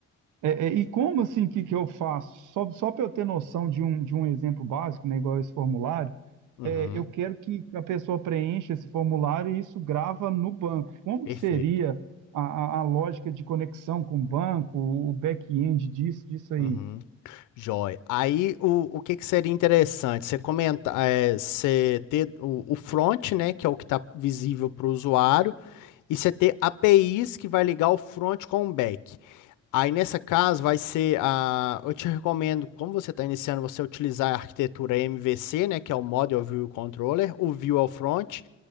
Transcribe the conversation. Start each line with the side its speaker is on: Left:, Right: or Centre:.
Right: É, é, e como assim que, que eu faço? Só, só para eu ter noção de um, de um exemplo básico, né, igual esse formulário,
Left: Uhum,
Right: é, eu quero que a pessoa preencha esse formulário e isso grava no banco. Como
Left: perfeito.
Right: que seria a, a, a lógica de conexão com o banco, o back-end disso, disso aí?
Left: Uhum. Joia. Aí o, o que que seria interessante? Você comenta, é, você ter o, o front, né, que é o que está visível para o usuário, e você ter APIs que vai ligar o front com o back. Aí nessa caso vai ser a, eu te recomendo, como você está iniciando, você utilizar a arquitetura MVC, né, que é o Model View Controller, o View é o front